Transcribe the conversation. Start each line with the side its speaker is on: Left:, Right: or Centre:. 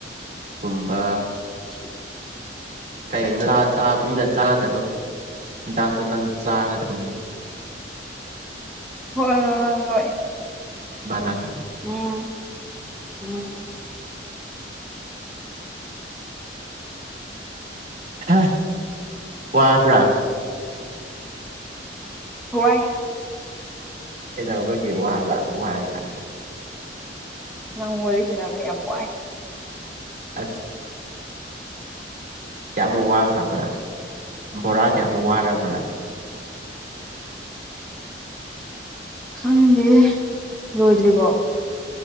Right: ꯀꯨꯝꯕ
Centre: <inaudible>
Right: ꯀꯩꯥ ꯉꯥ ꯆꯥꯕ ꯃꯤꯅ ꯆꯥꯗꯕ ꯆꯤꯟꯖꯥꯛꯇꯣ ꯅꯪ ꯆꯥꯒꯗꯕꯅꯤ
Centre: ꯍꯣꯏ ꯍꯣꯏ ꯍꯣꯏ ꯍꯣꯏ
Right: <unintelligible>
Centre: ꯎꯝ ꯎꯝ
Right: ꯍꯥ ꯋꯥꯕ꯭ꯔꯥ
Centre: ꯋꯥꯏ
Right: ꯀꯩꯗꯧꯕꯒꯤ ꯋꯥꯕ ꯋꯥꯏ ꯀꯥꯏꯅ
Centre: ꯅꯪ ꯋꯥꯔꯤ ꯁꯥꯟꯕꯅꯤ ꯌꯥꯝ ꯋꯥꯏ
Right: ꯑꯁ ꯀꯌꯥꯃꯨꯛ ꯋꯥꯈ꯭ꯔꯕ꯭ꯔꯥ ꯕꯣꯔꯥ ꯀꯌꯥꯃꯨꯛ ꯋꯥꯔꯕ꯭ꯔꯥ
Centre: ꯈꯪꯗꯦ ꯂꯣꯏꯗ꯭ꯔꯤꯕꯣ